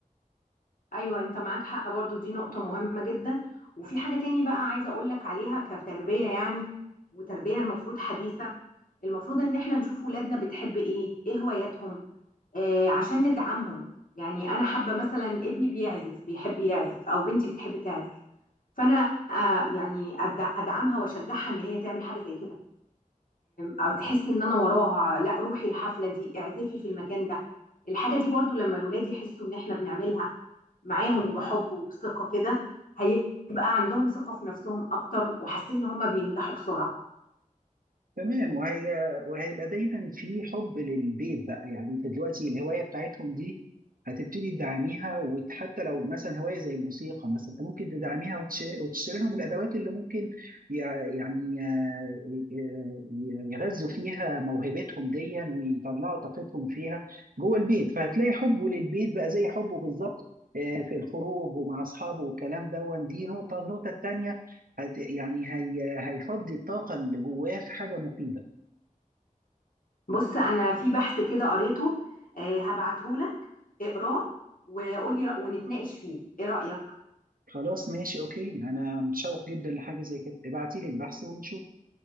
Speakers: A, on the left; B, on the right.
A: ايوه انت معاك حق برضو دي نقطة مهمة جدا وفي حاجة تاني بقى عايزة اقولك عليها كتربية يعني وتربية المفروض حديثة المفروض ان احنا نشوف ولادنا بتحب ايه ايه هواياتهم آه عشان ندعمهم يعني انا حابة مثلا ابني بيعزف بيحب يعزف او بنتي بتحب تعزف فانا آه يعني أدع- ادعمها واشجعها ان هي تعمل حاجة زي كده او تحس ان انا وراها لا روحي الحفلة دي اعزفي في المكان ده الحاجة دي برضو لما الولاد يحسوا ان احنا بنعملها معاهم بحب وبثقة كده هيبقى عندهم ثقة في نفسهم أكتر وحاسين إن هم بينجحوا بسرعة
B: تمام وهي وهيبقى دايما في حب للبيت بقى يعني انت دلوقتي الهوايه بتاعتهم دي هتبتدي تدعميها وحتى لو مثلا هوايه زي الموسيقى مثلا انت ممكن تدعميها وتش- وتشتري لهم الادوات اللي ممكن يع- يعني آه، ي- يغذوا فيها موهبتهم دي ويطلعوا طاقتهم فيها جوه البيت فهتلاقي حبه للبيت بقى زي حبه بالظبط آه، في الخروج ومع اصحابه والكلام ده دي نقطه النقطه التانيه هت يعني هي هيفضي الطاقة اللي جواه في حاجة مفيدة
A: بص أنا في بحث كده قريته آه، هبعتهولك اقراه وقولي رأ- ونتناقش فيه إيه رأيك؟
B: خلاص ماشي اوكي انا متشوق جدا لحاجة زي كده ابعتي لي البحث ونشوف